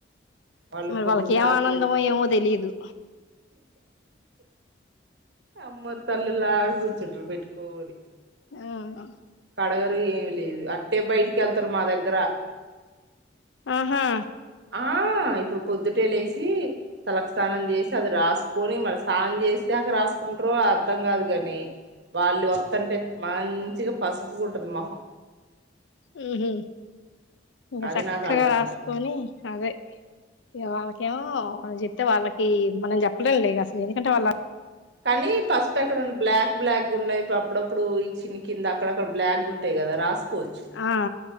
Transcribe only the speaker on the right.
వాళ్ళు
పొద్దున్న
దాకా
పెట్టుకుంటారు
అమ్మోర్ తల్లుల్లా కూర్చుంటరు పెట్టుకోనీ
కడగరు ఏమి లేదు అట్టే బయటికి వెళ్తారు మా దగ్గర
ఆ ఇప్పుడు పొద్దుటే లేసి తలకు స్నానం చేసి అది రాసుకొని మరి స్నానం చేస్నాక రాసుకు రో అర్థం కాదు కాని వాళ్ళు వాతుంటే మంచిగా పసుపు గుంటది మొహం
అది
నాకు అర్థం
కాదు
కానీ పసుపు ఎక్కడన్న బ్లాక్ బ్లాక్ ఉన్నేయి అప్పుడప్పుడు చిన్ కింద అక్కడక్కడ బ్లాక్ ఉంటాయి కదా రాసుకోవచ్చు